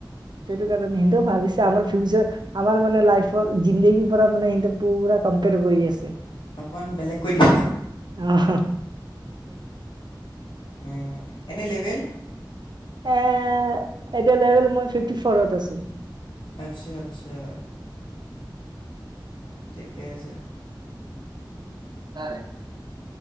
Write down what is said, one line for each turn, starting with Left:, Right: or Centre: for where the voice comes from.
Right: সেইটো কাৰণে সিহঁতেও ভাবিছে আমাৰ ফিউচাৰ আমাৰ মানে লাইফৰ জিন্দগীৰ পৰা মানে পুৰা। কম্পেয়াৰ কৰি আছে।
Left: অকণমান বেলেগকৈ দিছোঁ।
Right: আহা।
Left: উ এনে লেবেল
Right: এ এতিয়া লেভেল মই ফিফটি ফৰত আছো।
Left: আচ্ছা আচ্ছা। ঠিকে আছে।
Right: বাৰে